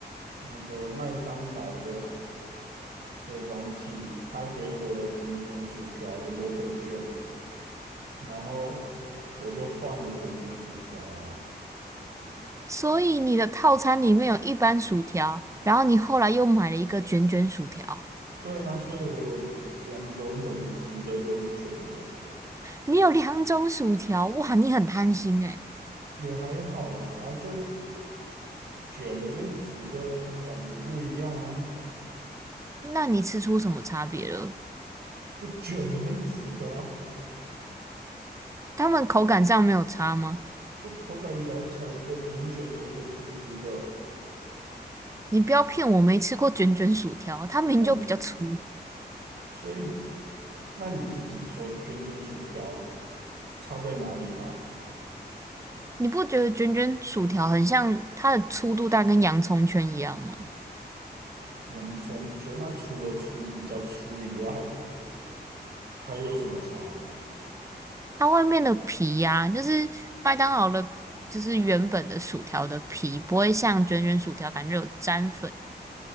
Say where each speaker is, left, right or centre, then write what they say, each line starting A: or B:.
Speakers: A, on the right; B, on the right.
A: 那个麦当劳的的软体，它给我了卷卷薯条的优惠券，然后我就换了卷卷薯条啊。
B: 所以你的套餐里面有一般薯条，然后你后来又买了一个卷卷薯条，
A: 对啊，所以我有两种，一种直的，一种卷的，
B: 你有两种薯条，哇，你很贪心诶。
A: 也还好啦，啊就卷的跟直的感觉不一样啊，
B: 那你吃出什么差别了？
A: 就卷的跟直的啊。
B: 他们口感上没有差吗？
A: 就口感咬起来一个卷卷的，一个直直的。
B: 你不要骗我，没吃过卷卷薯条，它名就比较粗。
A: 那所以，那你自己说卷卷薯条差在哪里嘛？
B: 你不觉得卷卷薯条很像它的粗度大概跟洋葱圈一样吗？
A: 洋葱卷，那除了粗比较粗以外，还有什么差啊
B: 它外面的皮呀、就是麦当劳的，就是原本的薯条的皮，不会像卷卷薯条感觉有粘粉。